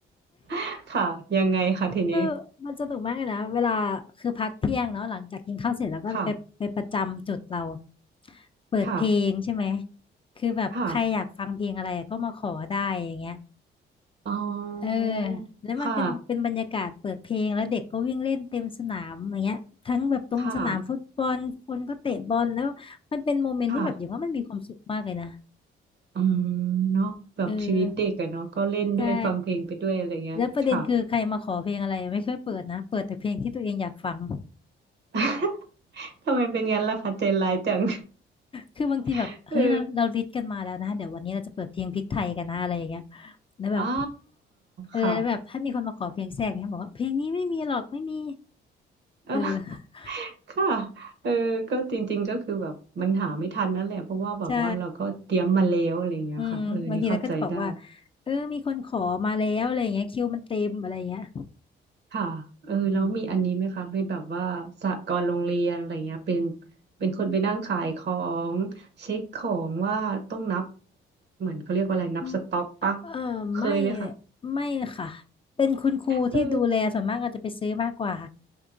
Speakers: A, on the right (about 60°); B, on the left (about 25°).
A: <laughs> ค่ะยังไงคะทีนี้
B: คือมันสนุกมากเลยนะเวลาคือพักเที่ยงเนาะหลังจากกินข้าวเสร็จแล้วก็ไปไปประจำจุดเรา
A: ค่ะ
B: เปิดเพลงใช่ไหม
A: ค่ะ
B: คือแบบใครอยากฟังเพลงอะไรก็มาขอได้อย่างเงี้ย
A: ค่ะอ๋อ
B: เออแล้วมันเป็นเป็นบรรยากาศเปิดเพลงแล้วเด็กก็วิ่งเล่นเต็มสนามอย่างเงี้ยทั้งแบบตรงสนามฟุตบอลคนก็เตะบอลแล้วมันเป็นโมเมนต์ที่แบบอย่างว่ามันมีความสุขมากเลยนะ
A: ค่ะค่ะค่ะ อืมเนาะแบบชีวิตเด็กอะเนาะก็เล่นด้วยฟังเพลงไปด้วยอะไรเงี้ยค่ะ
B: เออ ใช่แล้วประเด็นคือใครมาขอเพลงอะไรไม่ค่อยเปิดนะเปิดแต่เพลงที่ตัวเองอยากฟัง
A: <laughs> ทำไมเป็นงั้นล่ะคะใจร้ายจัง
B: คือบางทีแบบเฮ้ยเราเราลิสต์กันมาแล้วนะเดี๋ยววันนี้เราจะเปิดเพลงพริกไทยกันนะอะไรอย่างเงี้ย
A: <laughs> เออ
B: แล้วแบบ
A: อ๋า
B: เออแล้วแบบถ้ามีคนมาขอเพลงแทรกเนี่ยบอกว่าเพลงนี้ไม่มีหรอกไม่มี
A: ค่ะ <laughs> เออ
B: เออ
A: ค่ะเออก็จริงๆก็คือแบบมันหาไม่ทันนั่นแหละเพราะว่าแบบว่าเราก็เตรียมมาแล้วอะไรเงี้ยค่ะเออนี่เข้าใจได้
B: ใช่อืมบางทีเราก็จะบอกว่าเออมีคนขอมาแล้วอะไรอย่างเงี้ยคิวมันเต็มอะไรอย่างเงี้ย
A: ค่ะเออแล้วมีอันนี้ไหมคะเป็นแบบว่าสหกรณ์โรงเรียนอะไรเงี้ยเป็น
B: อืม
A: เป็นคนไปนั่งขายของเช็คของว่าต้องนับเหมือนเขาเรียกว่าอะไรนับสต็อกปะ
B: อืมเออไม่
A: เคยไหมคะ
B: ไม่ค่ะเป็นคุณครูที่ดูแลส่วนมากก็จะไปซื้อมากกว่า
A: เออ